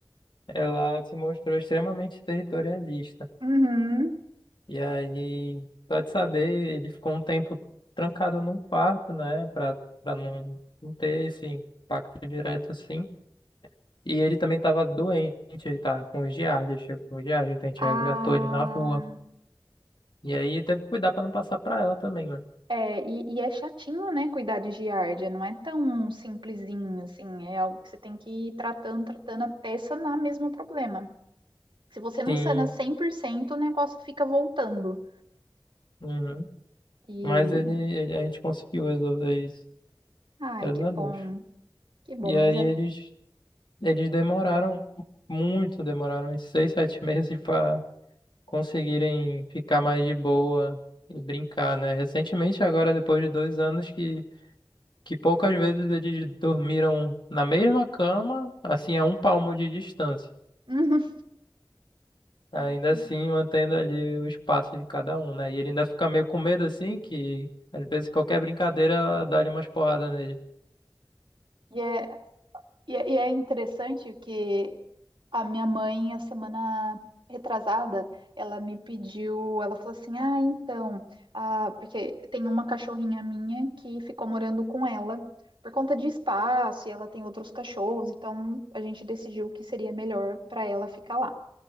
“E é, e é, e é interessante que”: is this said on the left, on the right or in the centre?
Right